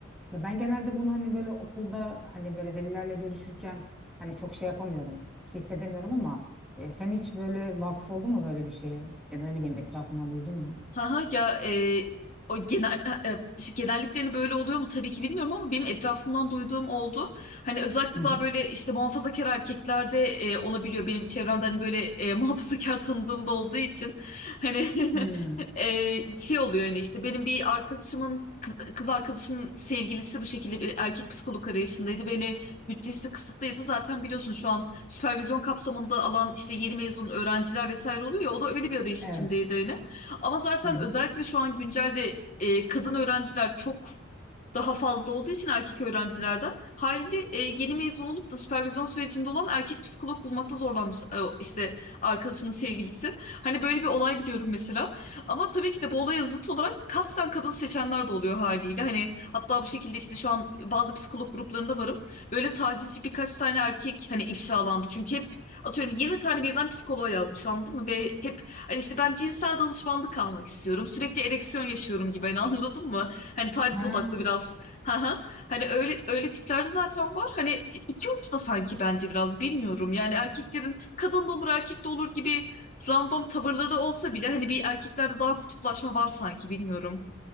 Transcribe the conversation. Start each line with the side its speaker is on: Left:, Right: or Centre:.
Centre: ve ben genelde bunu hani böyle okulda hani böyle velilerle görüşürken hani çok şey yapamıyorum, hissedemiyorum ama e, sen hiç böyle vakıf oldun mu böyle bir şeye? Ya da ne bileyim etrafından duydun mu?
Left: Haha ya e, o genel e, işte genelliklerini böyle oluyor mu tabii ki bilmiyorum ama benim etrafımdan duyduğum oldu. Hani özellikle
Centre: Hı hı.
Left: daha böyle işte muhafazakar erkeklerde e, olabiliyor. Benim çevremde hani böyle e, <laughs> muhafazakar tanıdığım da olduğu için hani
Centre: Hmm.
Left: <laughs> e, şey oluyor yani işte benim bir arkadaşımın kız, kız arkadaşımın sevgilisi bu şekilde bir erkek psikolog arayışındaydı. Beni bütçesi de kısıtlıydı. Zaten biliyorsun şu an süpervizyon kapsamında alan işte yeni mezun öğrenciler vesaire oluyor ya o da öyle bir arayış
Centre: Evet.
Left: içindeydi yine. Ama zaten
Centre: Hı hı.
Left: özellikle şu an güncelde e, kadın öğrenciler çok daha fazla olduğu için erkek öğrencilerden haliyle e, yeni mezun olup da süpervizyon sürecinde olan erkek psikolog bulmakta zorlanmış e, işte arkadaşımın sevgilisi. Hani böyle bir olay biliyorum mesela. Ama tabii ki de bu olaya zıt olarak kasten kadın seçenler de oluyor haliyle. Hani hatta bu şekilde işte şu an bazı psikolog gruplarında varım. Böyle tacizci birkaç tane erkek hani ifşalandı. Çünkü hep atıyorum 20 tane birden psikoloğa yazmış anladın mı? Ve hep hani işte ben cinsel danışmanlık almak istiyorum. Sürekli ereksiyon yaşıyorum gibi hani anladın mı? Hani taciz
Centre: Ha.
Left: odaklı biraz. <laughs> Haha. Hani öyle öyle tiplerde zaten var. Hani iki uçta sanki bence biraz bilmiyorum. Yani erkeklerin kadın da olur erkek de olur gibi random tavırları da olsa bile hani bir erkeklerde daha kutuplaşma var sanki bilmiyorum.